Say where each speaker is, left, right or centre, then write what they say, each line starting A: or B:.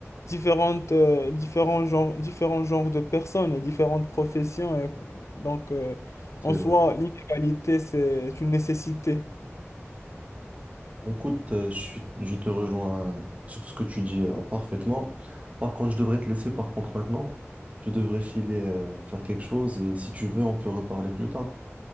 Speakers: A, on the left; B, on the right.
A: différentes, euh, différents genres, différents genres de personnes et différentes professions. Et donc, euh,
B: c'est
A: en
B: vrai.
A: soi, l'inégalité, c'est une nécessité.
B: Écoute, euh, je suis- je te rejoins euh, sur ce que tu dis euh, parfaitement. Par contre, je devrais te laisser par contre maintenant. Je devrais filer euh, faire quelque chose et si tu veux, on peut reparler plus tard.